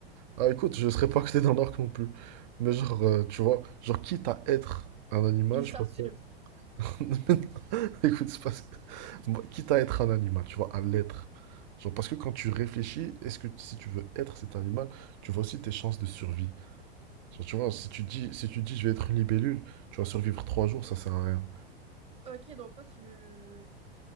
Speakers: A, on the right (about 45°); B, on the right (about 20°).
A: Ah, écoute, je laisserai pas à côté d'un orque non plus. Mais genre, euh, tu vois, genre, quitte à être un animal,
B: il
A: je
B: s'assume.
A: préfère... <laughs> <laughs> Écoute, c'est parce que- moi, quitte à être un animal, tu vois, à l'être. Genre, parce que quand tu réfléchis, est-ce que si tu veux être cet animal, tu vois aussi tes chances de survie. Genre, tu vois, si tu dis, si tu dis je vais être une libellule, tu vas survivre trois jours, ça sert à rien.
B: Ok, donc toi, tu,